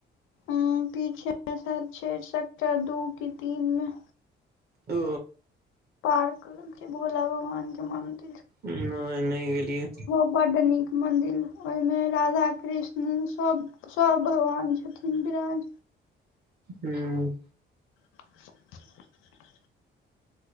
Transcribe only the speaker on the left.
उ पीछे सात छै। सेक्टर दू की तीन में
पार्क के भोला बाबा के मंत्र
बड्ड नीक मंदिर ओहि में राधा कृष्ण सभ सभ भगवान छथिन। बिराज
<inaudible>